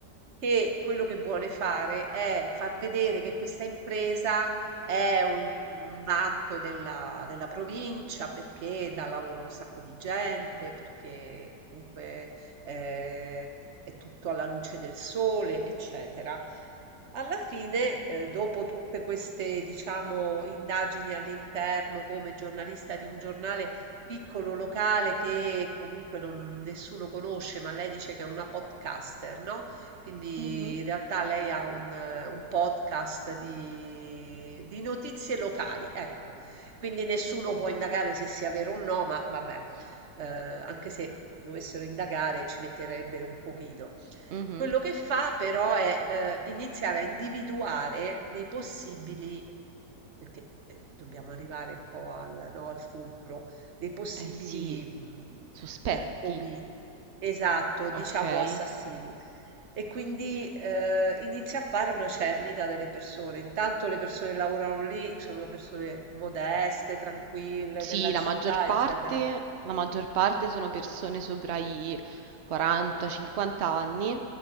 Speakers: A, on the right; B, on the right.
A: Che quello che vuole fare è far vedere che questa impresa è un, un vanto della, della provincia perché dà lavoro a un sacco di gente, perché comunque eh, è tutto alla luce del sole, eccetera. Alla fine, eh, dopo tutte queste, diciamo, indagini all'interno come giornalista di un giornale piccolo locale che comunque non- nessuno conosce, ma lei dice che è una podcaster, no? Quindi
B: Mhm,
A: in realtà lei ha un, eh, un podcast di, di notizie locali, ecco. Quindi nessuno può indagare se sia vero o no, ma vabbè, eh, anche se dovessero indagare ci metterebbero un pochino.
B: mhm.
A: Quello che fa però è eh, iniziare a individuare dei possibili, perché eh, dobbiamo arrivare un po' al, no, al fulcro, dei possibili
B: Eh sì,
A: mh,
B: Sospetti,
A: eh, omi, esatto, diciamo
B: okay.
A: assassini. E quindi eh, inizia a fare una cernita delle persone. Intanto le persone che lavorano lì sono persone modeste, tranquille,
B: Sì,
A: della
B: la
A: città,
B: maggior parte
A: eccetera.
B: la maggior parte sono persone sopra i 40, 50 anni,